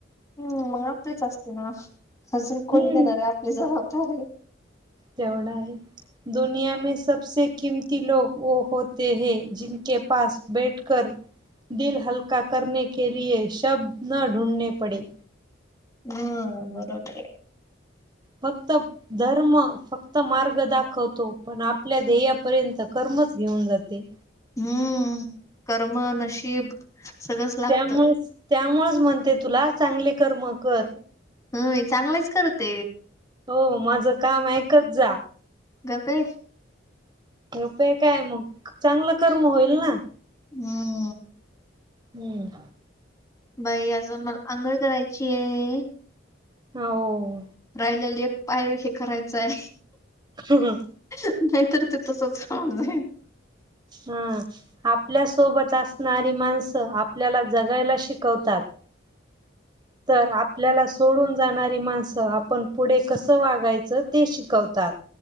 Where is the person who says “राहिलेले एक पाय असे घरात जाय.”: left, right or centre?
Left